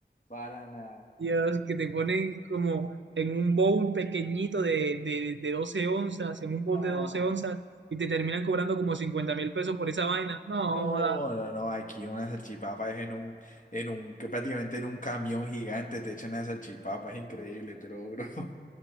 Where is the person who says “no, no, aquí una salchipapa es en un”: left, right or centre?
Left